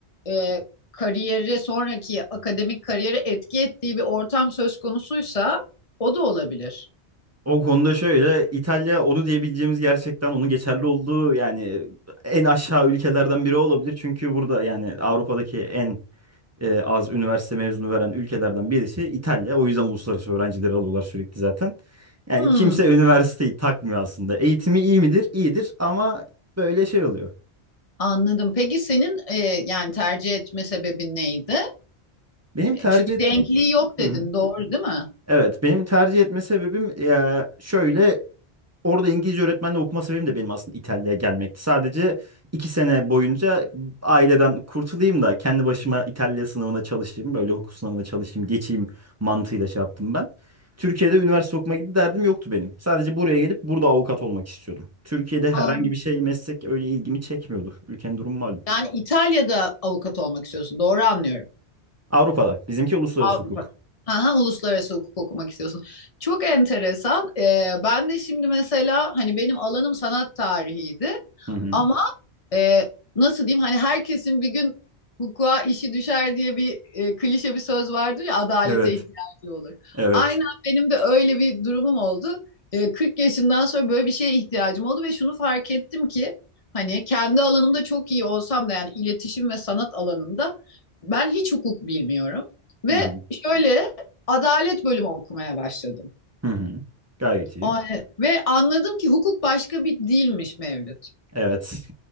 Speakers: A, on the left; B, on the right.
A: e, kariyeri sonraki akademik kariyere etki ettiği bir ortam söz konusuysa o da olabilir.
B: O konuda şöyle İtalya onu diyebileceğimiz gerçekten onun geçerli olduğu yani en aşağı ülkelerden biri olabilir. Çünkü burada yani Avrupa'daki en e, az üniversite mezunu veren ülkelerden birisi İtalya. O yüzden uluslararası öğrencileri alıyorlar sürekli zaten. Yani
A: Hmm,
B: kimse üniversiteyi takmıyor aslında. Eğitimi iyi midir? İyidir ama böyle şey oluyor.
A: anladım. Peki senin e, yani tercih etme sebebin neydi?
B: Benim
A: E,
B: tercih
A: Çünkü
B: et-
A: denkliği yok dedin,
B: Hı hı.
A: doğru değil mi?
B: Evet, benim tercih etme sebebim ya şöyle Orada İngilizce öğretmenle okuma sebebim de benim aslında İtalya'ya gelmekti. Sadece iki sene boyunca aileden kurtulayım da kendi başıma İtalya sınavına çalışayım. Böyle hukuk sınavına çalışayım, geçeyim mantığıyla şey yaptım ben. Türkiye'de üniversite okuma gibi derdim yoktu benim. Sadece buraya gelip burada avukat olmak istiyordum. Türkiye'de herhangi
A: An
B: bir şey meslek öyle ilgimi çekmiyordu. Ülkenin durumu malum.
A: yani İtalya'da avukat olmak istiyorsun, doğru anlıyorum.
B: Avrupa'da. Bizimki uluslararası
A: Avrupa.
B: hukuk.
A: Aha, uluslararası hukuk okumak istiyorsun. Çok enteresan. E, ben de şimdi mesela hani benim alanım sanat tarihiydi.
B: Hı hı.
A: Ama e, nasıl diyeyim hani herkesin bir gün hukuka işi düşer diye bir e, klişe bir söz vardır ya adalete
B: Evet,
A: ihtiyacı olur.
B: evet.
A: Aynen benim de öyle bir durumum oldu. E, 40 yaşından sonra böyle bir şeye ihtiyacım oldu ve şunu fark ettim ki hani kendi alanımda çok iyi olsam da yani iletişim ve sanat alanında ben hiç hukuk bilmiyorum ve
B: Hı hı.
A: şöyle adalet bölümü okumaya başladım.
B: Hı hı. Gayet iyi.
A: O- Ve anladım ki hukuk başka bir dilmiş Mevlüt.
B: Evet.